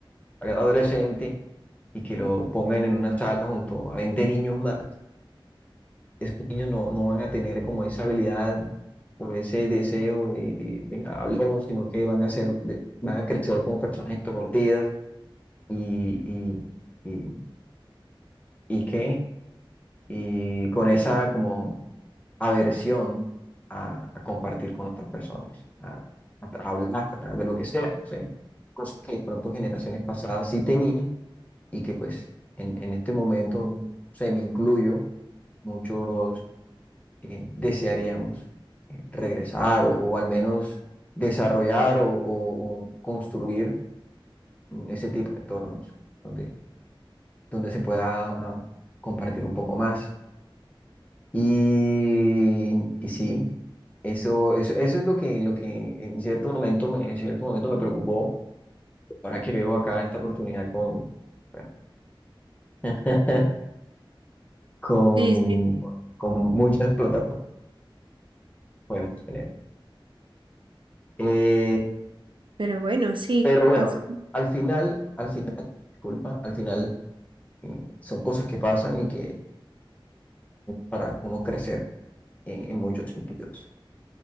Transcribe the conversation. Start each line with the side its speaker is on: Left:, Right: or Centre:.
Left: adolescente y que lo pongan en una sala junto a 20 niños más. Esos niños no, no van a tener como esa habilidad o ese deseo de, de, venga, hablemos, sino que van a ser, de- van a crecer como personas introvertidas y, y, y, y qué, y con esa como aversión a, a compartir con otras personas, a, a tra- hablar a- de lo que sea, no sé, cosas que de pronto generaciones pasadas sí tenían y que pues en, en este momento, se me incluyo, muchos eh, desearíamos eh, regresar o, o al menos desarrollar o, o- o construir mm, ese tipo de entornos donde, donde se pueda ah, compartir un poco más. Y, y sí. Eso, eso, eso es lo que, lo que en cierto momento me, en cierto momento me preocupó. Ahora que veo acá esta oportunidad con, bueno, <laughs> con,
Right: Sí, sí.
Left: con muchas plataformas podemos tener. Eh,
Right: Pero bueno, sí.
Left: pero bueno,
Right: así-
Left: al final, al final, disculpa, al final eh, son cosas que pasan y que para uno crecer eh, en muchos sentidos.